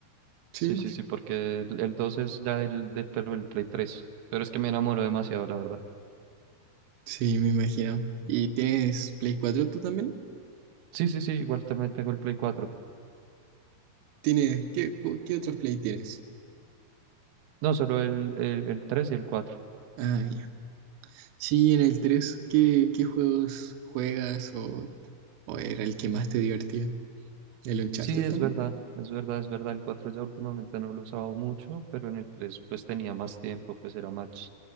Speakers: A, on the right (about 70°); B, on the right (about 85°).
A: sí,
B: Sí, sí, sí, porque el, el 2 es ya del, del, pero el Play tres Pero es que me enamoro demasiado, la verdad.
A: sí, me imagino. ¿Y tienes Play 4 tú también?
B: Sí, sí, sí, igual también tengo el Play cuatro
A: ¿Tienes, qué, cu- qué otros Play tienes?
B: No, solo el, el, el 3 y el cuatro
A: Ah, Sí, en el 3 ¿qué, qué juegos juegas o, o era el que más te divertía? ¿El Uncharted
B: Sí, es
A: también?
B: verdad, es verdad, es verdad. El 4 ya últimamente no lo usaba mucho, pero en el 3 pues tenía más tiempo, pues era más,